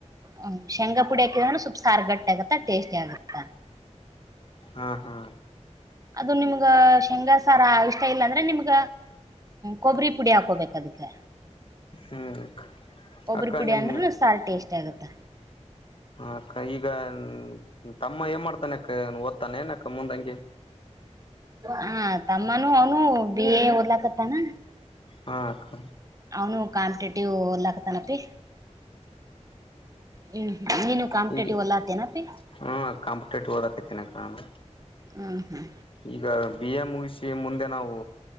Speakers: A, on the right; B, on the left.
A: ಹ್ಮ್ ಶೇಂಗಾ ಪುಡಿ ಹಾಕಿದ್ರೇನು ಸಲ್ಪ್ ಸಾರು ಗಟ್ಟಿ ಆಗತ್ತ ಟೇಸ್ಟಿ ಆಗುತ್ತ.
B: ಹಾ ಹಾ
A: ಅದು ನಿಮ್ಗ ಶೇಂಗಾಸಾರ ಇಷ್ಟ ಇಲ್ಲ ಅಂದ್ರೆ ನಿಮ್ಗ ಕೊಬ್ಬರಿ ಪುಡಿ ಹಾಕೋಬೇಕದಕ್ಕೆ.
B: ಹ್ಮ್
A: ಒಬ್ರು
B: ಅಕ್ಕ
A: ಪುಡಿ
B: ನಿಮ್
A: ಅಂದ್ರುನು ಸಾರ್ ಟೇಸ್ಟಿ ಆಗುತ್ತ.
B: ಅಕ್ಕ ಈಗ ನ್ ಟಪ್ ಅಮ್ಮ ಏನ್ ಮಾಡ್ತಾನೆ ಅಕ್ಕ ಓದ್ತಾನೆ ಏನಕ್ಕ ಮುಂದಂಗೆ.
A: ಹ ತಮ್ಮನೂ ಅವ್ನು ಬಿ ಎ ಓದ್ಲಕತ್ತಾನ.
B: ಹಾಂ ಅಕ್ಕ.
A: ಅವ್ನು ಕಾಂಪಿಟೇಟಿವ್ ಓದ್ಲಾ ಕತಾನ್ ಅಪ್ಪಿ ಹ್ಮ್. ನೀನು ಕಾಂಪಿಟೇಟಿವ್
B: ಹಿಗೆ
A: ಓದ್ಲಾತೇನಪ್ಪಿ
B: ಹ್ಮ ಕಾಂಪಿಟೇಟಿವ್ ಓದಕ್ ಕತಿನ್ ಅಕ್ಕ ನಾನು.
A: ಹಾ ಹ.
B: ಈಗ ಬಿ ಎ ಮುಗಿಸಿ ಮುಂದೆ ನಾವು